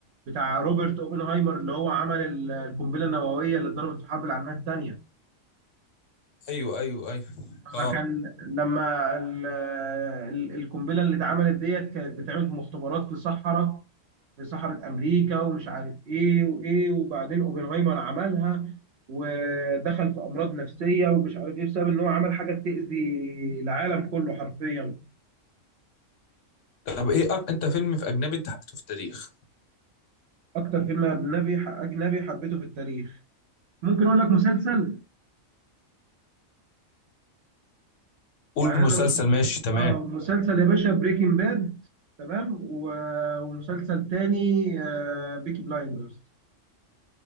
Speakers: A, on the right; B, on the left.
A: بتاع روبرت اوبنهايمر اللي هو عمل ال- القنبله النوويه اللي اتضربت في الحرب العالميه الثانيه
B: ايوه ايوه ايوه
A: لما
B: اه
A: كان لما ال- ال- القنبله اللي اتعملت ديت كانت بتتعمل في مختبرات في صحراء في صحراء امريكا ومش عارف ايه وايه وبعدين اوبنهايمر عملها ودخل في امراض نفسيه ومش عارف ايه بسبب ان هو عمل حاجه تاذي العالم كله حرفيا
B: طب ايه أك... انت فيلم في اجنبي انت حبيته في التاريخ
A: اكتر فيلم اجنبي اجنبي حبيته في التاريخ ممكن اقول لك مسلسل
B: قول
A: يعني
B: مسلسل
A: انا لو-
B: ماشي تمام
A: اه مسلسل يا باشا بريكنج باد تمام و- ومسلسل تاني آه بيكي بلايندرز